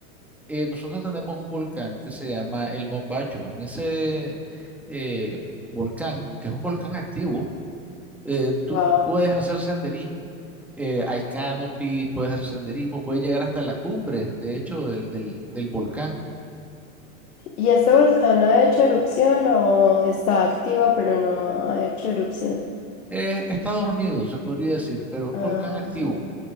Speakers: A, in the centre; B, on the left (about 85°).
A: eh, nosotros tenemos un volcán que se llama el Mombacho. En ese eh, volcán, que es un volcán activo, eh, tú
B: Wow.
A: puedes hacer senderismo. Eh, hay canopy, puedes hacer senderismo, puedes llegar hasta la cumbre, de hecho, del, del del volcán.
B: ¿Y este volcán ha hecho erupción o está activo pero no ha hecho erupción?
A: Eh, está dormido, se podría decir, pero es un
B: Ah,
A: volcán activo.